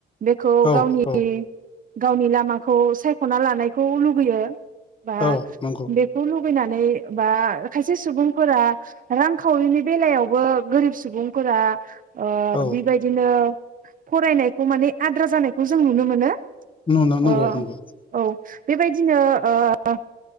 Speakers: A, on the right; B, on the left.
A: बेखौ
B: औ
A: गावनि
B: औ
A: गावनि लामाखौ सायख'ना लानायखौ लुुबैयो। बा
B: औ नंगौ
A: बेखौ लुबैनानै बा खायसे सुबुंफोरा बा रांखावरिनि बेलायावबो गोरिब सुबुंफोरा ओह
B: औ
A: बेबायदिनो फरायनायखौ माने आद्रा जानायखौ जों नुनो मोनो।
B: नंगौ नंगौ
A: अ'
B: नंगौ
A: औ बेबायदिनो ओ